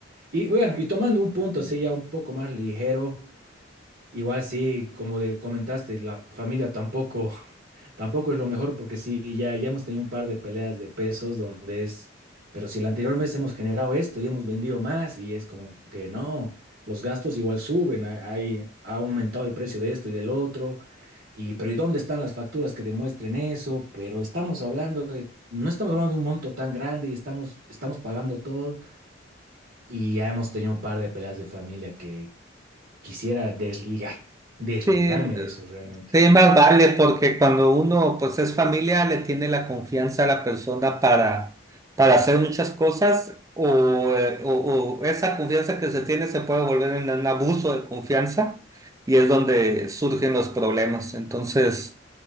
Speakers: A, on the right; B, on the right.
A: Y bueno, y tomando un punto así ya un poco más ligero, igual sí, como de- comentaste, la familia tampoco <laughs> Tampoco es lo mejor porque sí, ya, ya hemos tenido un par de peleas de pesos donde es, pero si el anterior mes hemos generado esto y hemos vendido más y es como que no, los gastos igual suben, ha- hay, ha aumentado el precio de esto y del otro, y pero ¿y dónde están las facturas que demuestren eso? Pero estamos hablando de, no estamos hablando de un monto tan grande y estamos, estamos pagando todo y ya hemos tenido un par de peleas de familia que quisiera desligar, desligarme
B: Sí,
A: de eso realmente.
B: Sí, más vale, porque cuando uno pues es familia, le tiene la confianza a la persona para, para hacer muchas cosas o, eh, o- o esa confianza que se tiene se puede volver en un abuso de confianza y es donde surgen los problemas. Entonces,